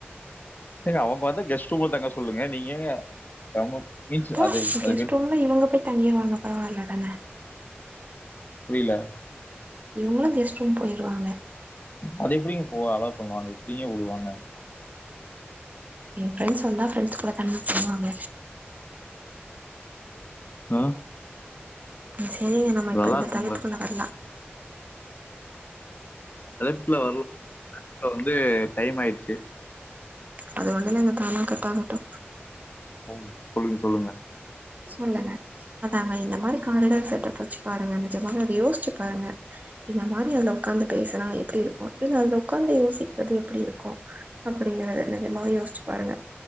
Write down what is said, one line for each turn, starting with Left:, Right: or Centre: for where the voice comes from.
Left: ஏங்க அவுங்க வந்தா கெஸ்ட் ரூம்ல தங்க சொல்லுங்க நீங்க ஏங்க நம்ம மீன்ஸ்
Right: அப்போ
Left: அது அது
Right: கெஸ்ட்
Left: வெ
Right: ரூம்ல இவங்க போய் தங்கிருவாங்க பரவால்ல தான
Left: புரியல
Right: இவுங்களு கெஸ்ட்ரூம் போயிருவாங்க
Left: அது எப்டிங்க போவ அலோ பண்ணுவாங்க எப்டிங்க உடுவாங்க
Right: எங்க ஃப்ரெண்ட்ஸ் வந்தா ஃப்ரெண்ட்ஸ் கூட தங்குன் சொல்வாங்க
Left: ஆ
Right: சேரிங்க நம்ம இப்ப
Left: நல்லா
Right: இந்த
Left: இருக்கும்ல.
Right: தலைப்புக்குள்ள வரலா
Left: அழைப்புல வரல இப்ப வந்து டைம் ஆயிடுச்சு
Right: அது ஒண்ணுயில்லங்க தானா கட் ஆகட்டு
Left: ம் சொல்லுங்க சொல்லுங்க
Right: சொல்லுங்க அதாங்க இந்த மாரி காரிடர் செட்டப் வச்சு பாருங்க நி்ஜமா அதை யோசிச்சு பாருங்க இந்த மாரி அதுல உக்காந்து பேசுனா எப்டி இருக்கு இல்ல அதுல உக்காந்து யோசிக்கிறது எப்டி இருக்கு அப்டிங்கிறத நிஜமாவே யோசிச்சு பாருங்க